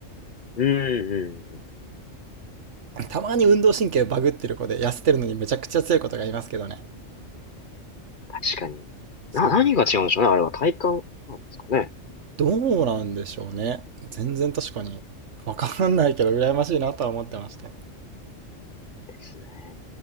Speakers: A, on the left (about 45°); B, on the right (about 65°).
A: うんうんうん。
B: たまに運動神経バグってる子で痩せてるのにめちゃくちゃ強い子とかいますけどね。
A: 確かに。
B: そう。
A: な、何が違うんでしょうね。あれは体感なんですかね。
B: どうなんでしょうね。全然確かに。わかんないけど、羨ましいなとは思ってました。
A: ですね。